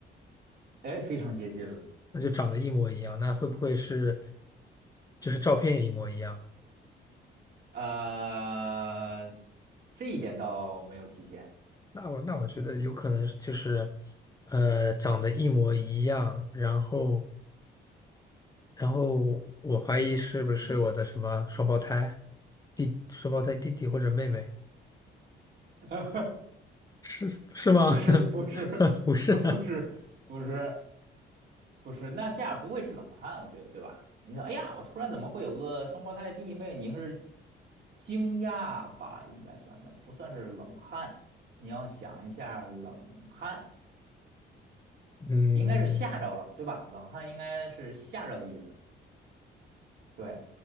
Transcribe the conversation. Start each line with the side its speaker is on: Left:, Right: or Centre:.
Right: 哎，非常接近了，
Left: 那就长得一模一样，那会不会是就是照片也一模一样？
Right: 呃，这一点倒没有体现，
Left: 那我那我觉得有可能是就是呃长得一模一样，然后然后我怀疑是不是我的什么双胞胎
Right: 嗯，
Left: 弟双胞胎弟弟或者妹妹
Right: <laughs>
Left: 是是吗？
Right: 不是，不是，
Left: <laughs>
Right: <laughs>
Left: 不是啊，
Right: 不是，不是。不是，那这样不会是冷汗，我觉得，对吧？你说，哎呀，我突然怎么会有个双胞胎弟妹？你是惊讶吧？应该算的，不算是冷汗。你要想一下，冷汗
Left: <laughs> 嗯。
Right: 应该是吓着了，对吧？冷汗应该是吓着的意思，对，